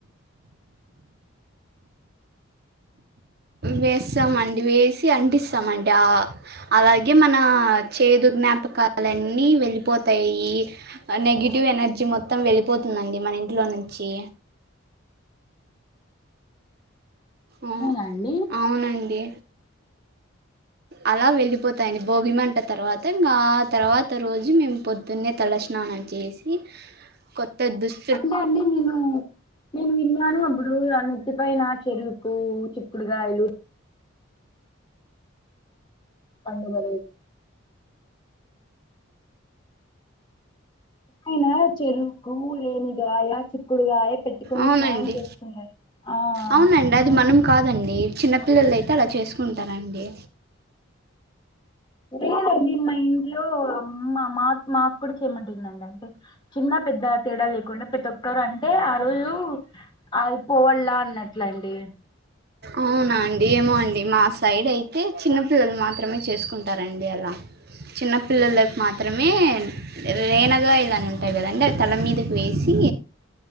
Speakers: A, on the right (about 50°); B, on the left (about 25°).
A: వేస్తామండి వేసి అంటిస్తామంట ఆ అలాగే మన చేదు జ్ఞాపకాలన్నీ వెళ్ళిపోతాయి నెగిటివ్ ఎనర్జీ మొత్తం వెళ్ళిపోతుందండి మన ఇంట్లో నుంచి ఆ-
B: అవునా అండి
A: అవునండి, అలా వెళ్ళిపోతాయనీ భోగి మంటలు తర్వాత ఇంగా తర్వాత రోజు మేము పొద్దున్నే తలస్నానం చేసి కొత్తదుస్
B: అంటే అన్ని నేను నేను విన్నాను అప్పుడు ఆ నెత్తి పైన చెరుకు, చిక్కుడుగాయలు పండగ రోజ్ అయినా చెరుకు, రేణిగాయ, చిక్కుడుగాయ పెట్టుకొని
A: అవునండి
B: స్నానం చేసుకుంటారు. ఆ
A: అవునండి అది
B: ఆ
A: మనం కాదండి, చిన్నపిల్లలు అయితే అలా చేసుకుంటారండి.
B: లేదండి మా ఇంట్లో అమ్ మా మా మాకు కూడా చేయమంటుందండి చిన్న పెద్ద తేడా లేకుండా ప్రతి ఒక్కరు అంటే ఆ రోజు అది పోవళ్లా అన్నట్లండి
A: అవునా అండి ఏమో అండి, మా సైడ్ అయితే చిన్న పిల్లలు మాత్రమే చేసుకుంటారండి అలా. చిన్న పిల్లల
B: అవునండి
A: లైఫ్ మా త్రమే రేనగా ఇలాని ఉంటాయి కదండి అవి తల మీదకి వేసి